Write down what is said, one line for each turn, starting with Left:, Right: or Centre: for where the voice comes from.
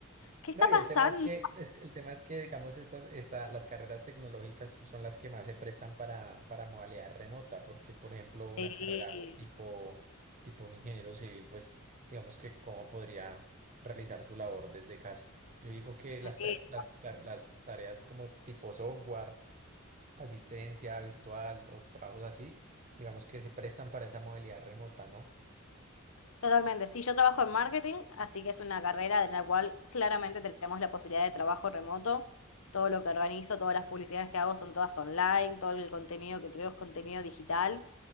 Left: ¿qué
Right: no,
Left: está
Right: y
Left: pasando?
Right: el tema es que, es que- el tema es que, digamos, estas, esta, las carreras tecnológicas pues, son las que más se prestan para, para modalidad remota, porque, por ejemplo, una
Left: Sí,
Right: carrera tipo, tipo un ingeniero civil, pues, digamos que cómo podría realizar su labor desde casa. Yo digo que
Left: sí,
Right: las, ta- las, ta- las tareas como tipo software, asistencia virtual o trabajos así, digamos que se prestan para esa modalidad remota, ¿no?
Left: Totalmente. Sí, yo trabajo en marketing, así que es una carrera en la cual claramente tenemos la posibilidad de trabajo remoto. Todo lo que organizo, todas las publicidades que hago son todas online, todo el contenido que creo es contenido digital.